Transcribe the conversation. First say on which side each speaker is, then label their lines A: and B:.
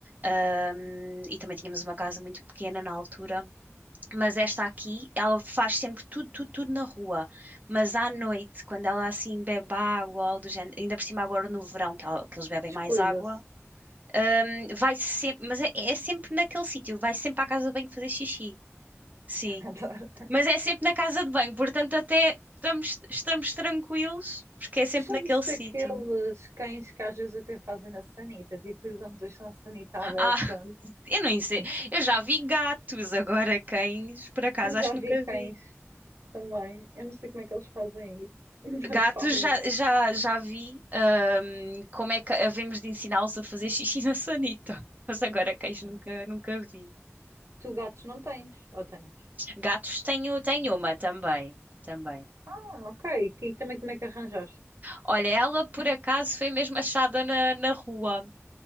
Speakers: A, on the right; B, on the right.
A: Hum, e também tínhamos uma casa muito pequena na altura. Mas esta aqui, ela faz sempre tudo, tudo, tudo na rua. Mas à noite, quando ela assim bebe água, ou algo do género, ainda por cima agora no verão, que, ela- que eles bebem
B: Descuida-se.
A: mais água, hum, vai sempre, mas é, é sempre naquele sítio, vai sempre à casa de banho fazer xixi. Sim.
B: <laughs> Adoro.
A: Mas é sempre na casa de banho, portanto até estamos, estamos tranquilos, porque é sempre
B: Tu já
A: naquele
B: viste
A: sítio.
B: aqueles cães que às vezes até fazem na sanita, tipo, os donos deixam a sanita aberta?
A: Ah, <laughs> eu não sei,
B: Sim.
A: eu já vi gatos, agora cães, por acaso,
B: Não
A: acho
B: já
A: que
B: vi
A: nunca
B: cães
A: vi.
B: também. Eu não sei como é que eles fazem isso, <laughs> mas
A: Gatos
B: fazem.
A: já, já, já vi ahm, como é que havemos de ensiná-los a fazer xixi na sanita. Mas agora cães nunca,
B: Ai.
A: nunca vi.
B: Tu gatos não tens, ou tens?
A: Gatos tenho, tenho uma também, também.
B: Ah, ok. E também como é que arranjaste?
A: Olha, ela por acaso foi mesmo achada na, na rua.